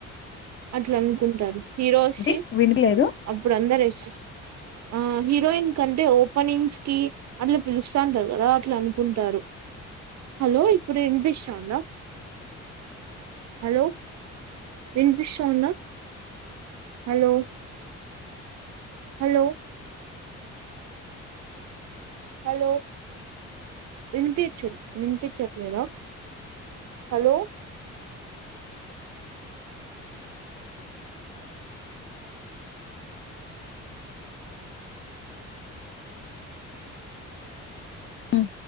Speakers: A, on the right (about 65°); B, on the left (about 40°).
A: అట్లా అనుకుంటారు. హీరోస్సీ
B: ఏంటి వినలేదు?
A: అప్పుడు అందరైత్ ఆ హీరోయిన్ కంటే ఓపెనింగ్స్ కి అట్లా పిలు ష్టాంటారు. కదా అట్లన్ కుంటారు. హలో ఇప్పుడు ఇన్ఫిషాందా, హలో ఇన్ఫిషోందా హలో హలో హలో వినిపియచ్చట్, విన్పిచట్లేదా హలో
B: హ్మ్.